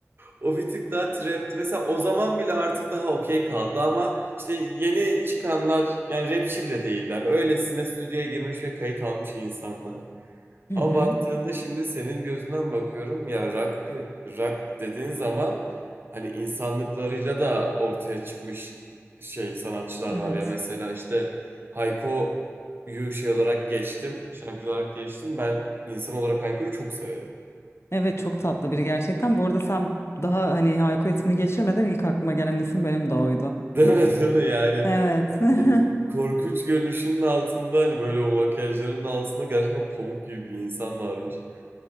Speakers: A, on the right; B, on the left.
A: O bir tık daha trapti. Mesela o zaman bile artık daha okey kaldı ama işte yeni çıkanlar yani rapçi bile değiller. Öylesine stüdyoya girmiş ve kayıt almış insanlar.
B: Hı
A: Ama
B: hı.
A: baktığında şimdi senin gözünden bakıyorum ya rock, pi- rock dediğin zaman hani insanlıklarıyla da ortaya çıkmış şey sanatçılar
B: Evet.
A: var ya mesela işte Hayko'yu şey olarak geçtim, şarkıcı olarak geçtim. Ben insan olarak Hayko'yu çok severim.
B: Evet çok tatlı biri gerçekten. Bu arada sen daha hani Hayko ismini geçirmeden ilk aklıma gelen isim benim de oydu.
A: <laughs> Değil mi? Değil mi? Yani
B: Evet. <laughs>
A: O korkunç görünüşünün altında hani böyle o makyajlarının altında gerçekten pamuk gibi bir insan varmış.